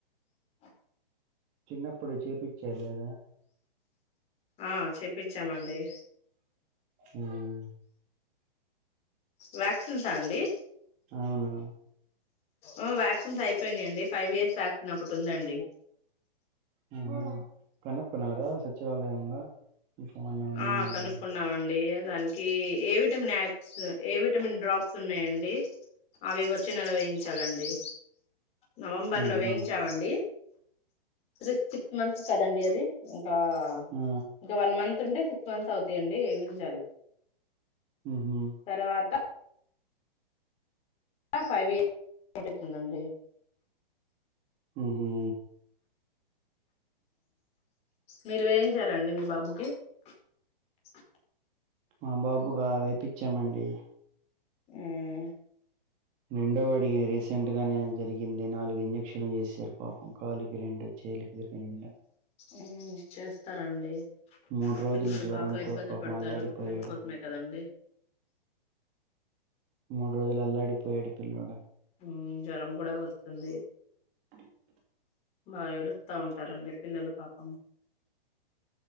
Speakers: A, on the left; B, on the right.
A: ఆ <inaudible>
B: చిన్నప్పుడు చూపించ లేదా?
A: ఆ చేపించామండి
B: మ్మ్
A: వ్యాక్సిన్సా అండి
B: అవును
A: ఓ వ్యాక్సిన్స్ అయిపోయినయ్ అండి ఫైవ్ ఇయర్స్ వ్యాక్ నొకటి ఉందండి
B: ఆహ కనుకొన్నారా సచివాలయంలో ఇంకేమన్నా ఉన్నాయేమో
A: ఆ కనుక్కున్నామండి
B: అని
A: దానికి ఏ విటమిన్ యాక్స్ ఏ విటమిన్ డ్రాప్స్ ఉన్నాయండి అవి వచ్చి నెల వేయించాలండి నవంబర్
B: ఆహా
A: లో వేయించామండి సిక్ సిక్స్ మంత్స్ కదండి అది ఇంకా
B: ఆ
A: ఇంకా వన్ మంత్ ఉంటే సిక్స్ మంత్స్ అవుతాయండి చాలి
B: మ్మ్
A: తర్వాత ఫైవ్ ఇయర్ పడుతుందండి
B: ఊహూ
A: మీరు వేయించారండి మీ బాబుకి <inaudible>
B: మా బాబుగా వేపిచ్చామండి
A: ఊమ్
B: రెండో అడిగా రీసెంట్ గానే జరిగింది నాలుగ్ ఇంజెక్షన్ చేసారు పాపం కాలుకి రెండు చేలికి రెండు
A: ఉమ్ చేస్తారండి
B: మూడు రోజులు
A: పిల్లలు
B: జ్వరంతో
A: బాగా ఇబ్బంది
B: పాపం
A: పడతారు,
B: అల్లాడిపోయాడు
A: పిల్లల కోసమే కదండి
B: మూడు రోజలు అల్లాడిపోయాడు పిల్లోడు
A: ఉమ్ జ్వరం కూడా వస్తుంది
B: అ <inaudible>
A: బాగా ఏడుస్త ఉంటారండి పిల్లలు పాపం